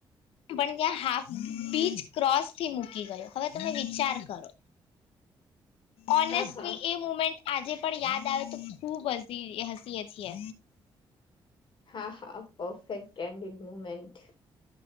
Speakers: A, on the left; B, on the left.
A: પણ ત્યાં હાફ બીચ ક્રોસ થી મૂકી ગયો હવે તમે વિચાર કરો. ઓનેસ્ટલી
B: હા હા
A: એ મુમેન્ટ આજે પણ યાદ આવે તો ખુબ હસી હસીએ છીએ.
B: હા હા પફેક્ટ કેન્ડડ મુમેન્ટ.